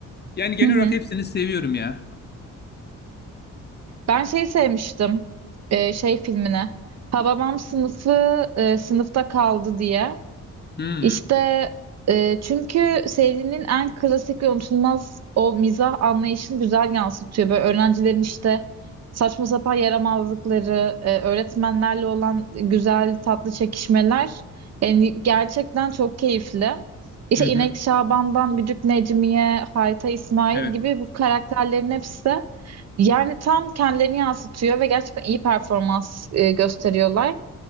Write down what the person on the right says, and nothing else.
Hı hı.
Ben şeyi sevmiştim. Ee, şey filmine. Hababam sınıfı e, sınıfta kaldı diye.
İşte e, çünkü serinin en klasik ve unutulmaz o mizah anlayışını güzel yansıtıyor. Böyle öğrencilerin işte saçma sapan yaramazlıkları, e, öğretmenlerle olan güzel tatlı çekişmeler yani gerçekten çok keyifli. İşte
İnek Şaban'dan Güdük Necmiye, Hayta İsmail
gibi bu karakterlerin hepsi yani tam kendilerini yansıtıyor ve gerçekten iyi performans e, gösteriyorlar.